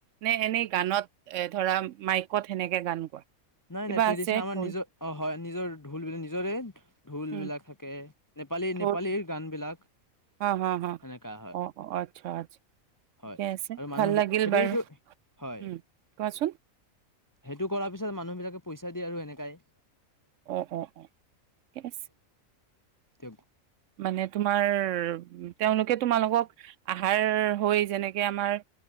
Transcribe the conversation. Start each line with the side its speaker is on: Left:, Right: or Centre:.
Right: নে এনেই গানত এ ধৰা মাইকত সেনেকৈ গান গোৱা
Left: নাই
Right: কিবা
Left: নাই ট্ৰেডিশন
Right: আছে
Left: আম
Right: ঢোল
Left: নিজৰ অ হয় নিজৰ ঢোল বিলাক নিজৰে ঢোল
Right: উম
Left: বিলাক থাকে নেপালী
Right: ঢোল
Left: নেপালীৰ গান বিলাক
Right: হা হা হা
Left: সেনেকাা হয়
Right: অ অ আচ্ছা আচ্ছা ঠিকে
Left: হয়
Right: আছে
Left: আৰু মানুহ
Right: ভাল
Left: বিিলাক
Right: লাগিল
Left: সেইটো
Right: বাৰু
Left: এইটো হয়
Right: উম কোৱাচোন
Left: সেইটো কৰাাৰ পিছত তাৰ পিছত মানুহ বিলাকে পইচা দিয় আৰু এনেকাই
Right: অঁ অঁ অঁ ঠিক আছে
Left: তে
Right: মানে তোমাৰ তেওঁলোকে তোমালোকক আহাৰ হৈ যেনেকৈ আমাৰ